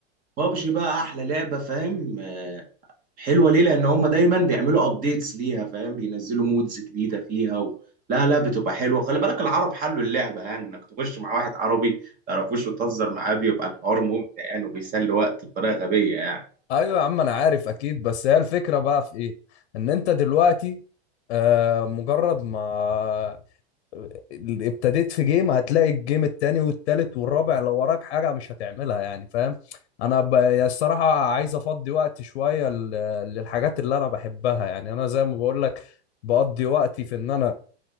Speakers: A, on the right (about 25°); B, on the left (about 80°).
A: بابجي بقى احلى لعبه فاهم آه، حلوه ليه لان هم دايما بيعملوا ابديتس ليها فاهم بينزلوا مودز جديده فيها و... لا لا بتبقى حلوه خلي بالك العرب حلوا اللعبه يعني انك تخش مع واحد عربي ما تعرفوش وتهزر معاه بيبقى الحوار ممتع يعني وبيسلي وقت بطريقه غبيه يعني
B: ايوه يا عم انا عارف اكيد بس هي الفكره بقى في ايه ان انت دلوقتي آه، مجرد ما آه، ابتديت في جيم هتلاقي الجيم التاني والتالت والرابع لو وراك حاجه مش هتعملها يعني فاهم انا ب... يعني الصراحه عايز افضي وقت شويه ل... للحاجات اللي انا بحبها يعني انا زي ما بقول لك بقضي وقتي في ان انا